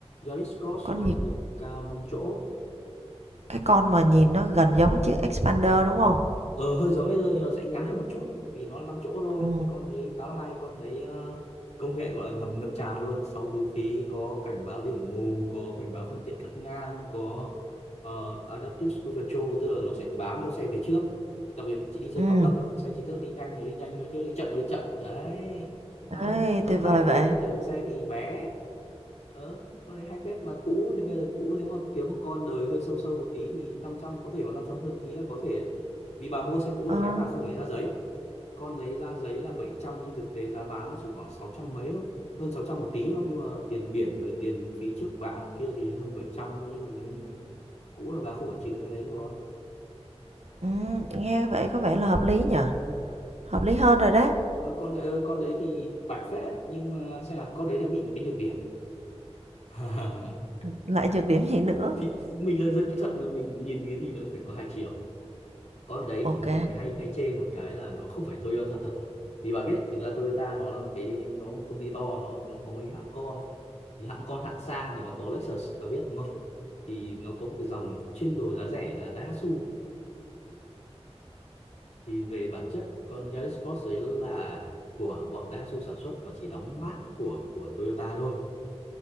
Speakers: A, on the left; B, on the right.
A: Yaris Cross
B: Con
A: con
B: gì?
A: gầm cao 5 chỗ
B: Cái con mà nhìn nó gần giống chiếc Expander đúng không?
A: ờ hơi giống Razer nhưng nó sẽ ngắn hơn một chút vì nó là 5 chỗ thôi
B: Ừ.
A: con đấy khá là hay con đấy ờ, công nghệ gọi là ngập ngập tràn luôn sáu túi khí có cảnh báo điểm mù có cảnh báo phương tiện cắt ngang có ờ, adaptive cruise control tức là nó sẽ bám theo xe về trước đặc biệt chị đi xe
B: Ừ.
A: cao tốc ấy, xe chỉ trước đi nhanh thì đi nhanh xe trước đi chậm thì đi chậm đấy cũng hay
B: Ê,
A: rộng
B: tuyệt
A: rãi
B: vời
A: phết
B: vậy.
A: ờ, xe thì bé ờ con đấy hay phết mà cũ nếu mà cũ nếu mà kiếm một con đời hơi sâu sâu một tí thì 500 có thể có 500 hơn tí là có thể đấy vì bà mua xe cũ
B: Ờ.
A: được cái bà không phải ra giấy con đấy ra giấy là 700 nhưng thực tế giá bán nó chỉ khoảng 600 mấy thôi hơn 600 một tí thôi nhưng mà tiền biển rồi tiền phí trước bạ kia thì hơn 700 thôi nhưng mà nếu như mà cũ là bà không phải chịu cái đấy rồi
B: Ừ, nghe vậy có vẻ là hợp lý nhở Hợp lý hơn rồi đấy.
A: Ờ, con đấy ờ, con đấy thì bạch phết đấy nhưng mà xem là con đấy nó bị một cái nhược điểm <laughs>
B: Lại nhược điểm gì nữa?
A: thì mình là dân kỹ thuật mà mình nhìn cái gì nó cũng phải có hai chiều con đấy
B: Ok.
A: thì mọi người hay hay chê một cái là nó không phải Toyota thật vì bà biết thực ra Toyota nó là một cái nó một công ty to nó nó có mấy hãng con thì hãng con hạng sang thì nó có Lexus bà biết đúng không thì nó có một cái dòng chuyên đồ giá rẻ là Daihatsu thì về bản chất con Yaris Cross đấy là của bọn Daihatsu sản xuất và chỉ đóng mác của của Toyota thôi